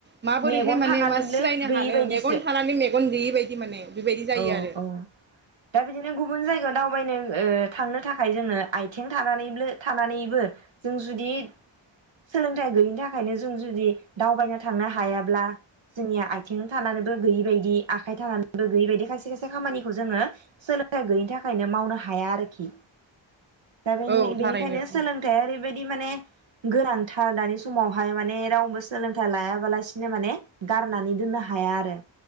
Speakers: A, on the right (about 25°); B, on the right (about 70°).
A: माबोरैहाय
B: मेगन
A: माने
B: थानानैनो
A: मा सिनायनो
B: गैयि
A: हानो,
B: बायदिसो
A: मेगन थानानै मेगन गैयि बायदि माने। बेबायदि जायो
B: औ
A: आरो।
B: औ। दा बिदिनो गुबुन जायगायाव दावबायनो ओ थांनो थाखाय जोंनो आथिं थानानैब्लो थानानैबो जों जुदि सोलोंथाइ गैयैनि था थाखायनो जों जुदि दावबायनो थांनो हायाब्ला, जोंनिया आथिं थानानैबो गैयि बायदि आखाइ थानानैबो गैयै बायदि खायसे खायसे खामानिखौ जोङो सोलोंथाइ गैयैनि थाखायनो मावनो हाया आरोखि। दा बेनि-बेनिखायनो
A: औ थारैनो
B: सोलोंथाइआ ओरैबायदि माने गोनांथार दानि समावहाय माने रावबो सोलोंथाइ लायाबालासिनो माने गारनानै दोननो हाया आरो